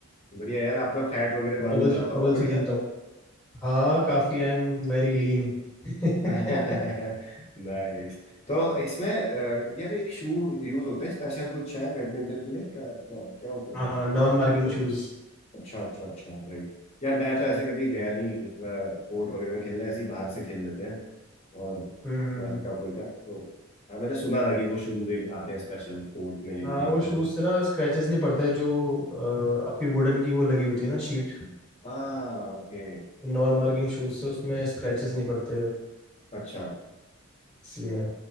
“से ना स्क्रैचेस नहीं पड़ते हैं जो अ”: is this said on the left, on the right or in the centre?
Centre